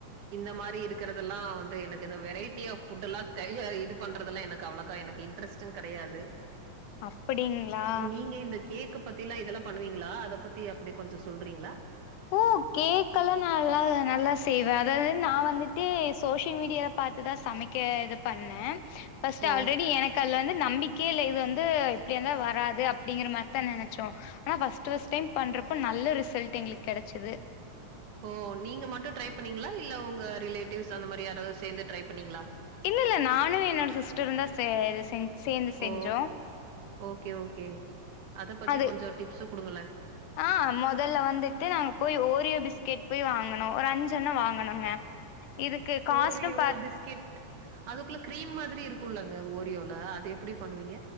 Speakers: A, on the right (about 75°); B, on the left (about 80°).
A: இந்த மாரி இருக்கறதெல்லா வந்து எனக்கு இந்த வெரைட்டியா ஃபுட் எல்லா தெரியாது இது பண்றதெல்லா எனக்கு அவ்ளோ எனக்கு இன்ட்ரெஸ்டு கெடையாது
B: அப்படிங்களா
A: நீங்க இந்த கேக்கு பத்திலா இதெல்லா பண்ணுவீங்ளா அத பத்தி அப்டி கொஞ்சோ சொல்றீங்ளா
B: ஓ கேக் எல்லா நல்லா நல்லா செய்வே அதாது நா வந்துட்டு சோஷியல் மீடியால பாத்து தா சமைக்க இது பண்ணே ஃபர்ஸ்ட்டு
A: ஓ
B: ஆல்ரெடி எனக்கு அதுல வந்து நம்பிக் கே இல்ல இது வந்து எப்டியா இருந்தாலு வராது அப்பிடிங்கற மாரிதா நெனைச்சோ ஆனா ஃபர்ஸ்ட் ஃப்ஸ்ட் டைம் பண்றப்ப ந ல்ல ரிசல்ட் எங்ளுக்கு கெடைச்சது
A: ஒ நீங்க மட்டு ட்ரை பண்ணீங்ளா இல்ல ஒங்க ரிலேட்டிவ்ஸ் அந்த மாரி யாராது சேந்து ட்ரை பண்ணீங்களா
B: இல்ல இல்ல நானு என்னோட சிஸ்டரு தா சே இது செஞ் சேந்து செஞ்சோ
A: ஓ ஓகே ஓகே அத பத்தி
B: அது
A: கொஞ்சோ டிப்ஸு குடுங்களே.
B: ஆ மொதல வந்துட்டு நாங்க போய் ஓரியோ பிஸ்கெட் போய் வாங்கணு ஒரு அஞ்சண்ண வாங்கனோங்க இதுக்கு காஸ்ட்னு
A: ஓரியோ
B: பாத்
A: பிஸ்கெட் அதுக்குள்ள கிரீம் மாதிரி ரி இருக்குல்லங்க ஓரியோல அது எப்புடி பண்ணுவீங்க